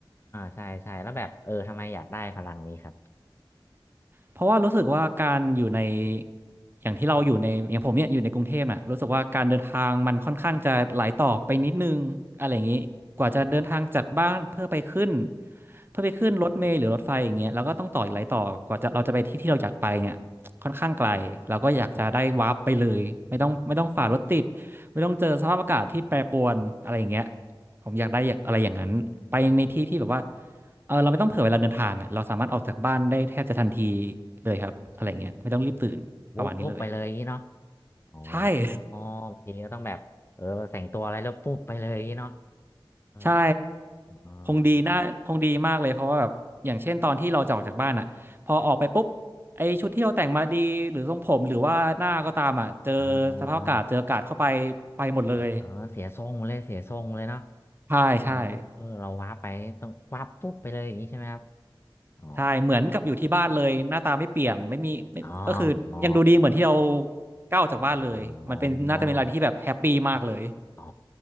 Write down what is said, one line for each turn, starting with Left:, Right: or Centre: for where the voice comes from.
Left: ใช่ใช่แล้วแบบเออทำไมอยากได้พลังนี้ครับ
Right: เพราะว่ารู้สึกว่าการอยู่ในอย่างที่เราอยู่ในอย่างผมเนี่ยอยู่ในกรุงเทพน่ะรู้สึกว่าการเดินทางมันค่อนข้างจะหลายต่อไปนิดนึงอะไรอย่างนี้กว่าจะเดินทางจากบ้านเพื่อไปขึ้นเพื่อไปขึ้นรถเมล์หรือรถไฟอย่างเงี้ยแล้วก็ต้องต่ออีกหลายต่อกว่าจะเราจะไปที่ที่เราอยากไปเนี่ยค่อนข้างไกลเราก็อยากจะได้วาร์ปไปเลยไม่ต้องไม่ต้องฝ่ารถติดไม่ต้องเจอสภาพอากาศที่แปรปรวนอะไรอย่างเงี้ย ผมอยากได้อย่างอะไรอย่างนั้นไปในที่ที่แบบว่าเออเราไม่ต้องเผื่อเวลาเดินทางอ่ะเราสามารถออกจากบ้านได้แทบจะทันทีเลยครับอะไรเงี้ยไม่ต้องรีบตื่นประมาณนี้เลย
Left: วุบวุบไปเลยอย่างนี้เนาะอ๋อ
Right: ใช่ <laughs>
Left: บางทีก็ต้องแบบเออแต่งตัวอะไรแล้วปุ๊บไปเลยอย่างนี้เนาะเออ
Right: ใช่
Left: อ๋อ
Right: คงดีน่าคงดีมากเลยเพราะว่าแบบอย่างเช่นตอนที่เราจะออกจากบ้านอ่ะพอออกไปปุ๊บ
Left: อ๋อ
Right: ไอชุดที่เราแต่งมาดีหรือทรงผมหรือว่าหน้าก็ตามอ่ะเจอสภาพอากาศเจออากาศเข้าไป
Left: อ๋ออ๋อ
Right: ไปหมดเลย
Left: เออเสียทรงเลยเสียทรงเลยเนาะ
Right: <laughs> ใช่ใช่
Left: เออเออเราวาร์ปไปต้องวาร์ปปุ๊บไปเลยอย่างนี้ใช่ไหมครับอ๋อ
Right: ใช่เหมือนกับอยู่ที่บ้านเลยหน้าตาไม่เปลี่ยนไม่มีไม่ก็คือยังดูดีเหมือนที่เรา
Left: อ๋ออ๋อ
Right: ก้าวออกจากบ้านเลยมันเป็นน่าจะเป็นอะไรที่แบบแฮปปี้มากเลย
Left: อ๋อ อ๋อ